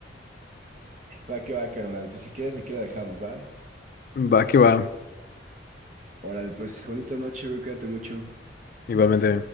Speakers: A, on the right (about 40°); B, on the left (about 50°).
A: Va que va, carnal. Pues si quieres, aquí la dejamos, ¿va?
B: Va que va,
A: Órale, pues bonita noche, güey. Cuídate mucho.
B: igualmente.